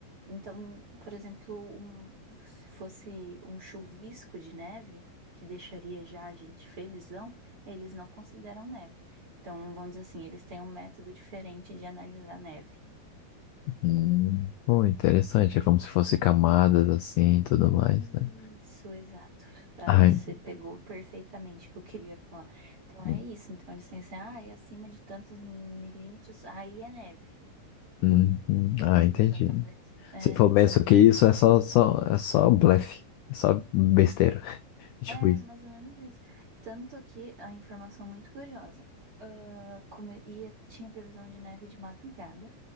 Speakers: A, on the right (about 40°); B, on the left (about 80°).
A: Então, por exemplo, um- se fosse um chuvisco de neve, que deixaria já a gente felizão, eles não consideram neve. Então, vamos dizer assim, eles têm um método diferente de analisar neve.
B: Hum, pô, interessante. É como se fosse camadas assim e tudo mais,
A: Isso,
B: né?
A: exato. Ah,
B: Ai,
A: Você pegou perfeitamente o que eu queria falar. Então é
B: hum,
A: isso. Então eles têm assim, ah, é acima de tantos milímetros, aí é neve.
B: hum, hum. ah, entendi.
A: Então talvez é,
B: Se for penso
A: tanto,
B: que isso é só, só, é só blefe. É só besteira. <laughs> Tipo
A: é
B: isso.
A: mais ou menos isso. Tanto que a informação muito curiosa. Ah, come- ia, tinha previsão de neve de madrugada